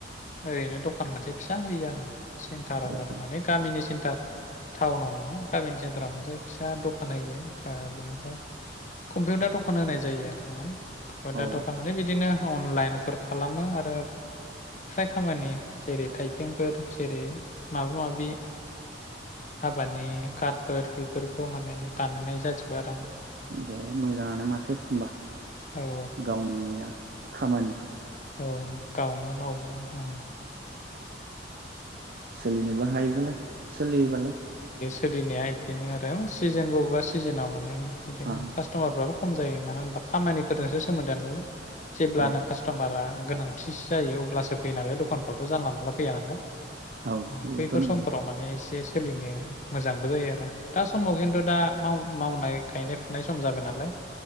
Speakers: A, on the left; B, on the right.
A: ओरैनो दखान मोनसे फिसा होयो आङो सेन्टाराव
B: ए
A: आरो माने गामिनि सेन्टार टाउनाव नङा गामिनि सेन्टार बारा मोनसे फिसा दखान होयो बेखौ कम्पिउटार दखान होनाय जायो आरोङा
B: औ
A: दा दखान माने बिदिनो, अनलाइन फोर खालामो आरो फ्राय खामानि जेरै थाइगेंफोर जेरै माबा माबि हाबानि कारटफोर बेफोरखौ माने बानायनाय जाजोबो आरो आङो
B: दे मोजाङानो माथो होनबा
A: औ
B: गावनि नेया खामानि
A: औ गावनो मावो हा
B: सोलिनोबो हायोबालाय सोलियो बालाय
A: <unintelligible> इदिनो आरो सिजोन बबेबा सिजोनाव माने बिदिनो
B: आं
A: कास्ट'मारफ्राबो खम जायो मानो होनबा खामानिफोरजोंसो सोमोन्दो नालाय। जेब्लानो
B: औ
A: कास्ट'मारा गोनांथिसो जायो अब्लासो फैयो नालाय दखानफ्रावथ' जानला मोनला फैया नालाय
B: औ
A: ओ
B: बेबोथ'
A: बैफोर
B: नंगौ
A: समफोराव माने सोलिनो मोजांबो जायो आरो। दा समाव खिन्थु दा माउ मावनाय गायनाय फुनाय सम जाबाय नालाय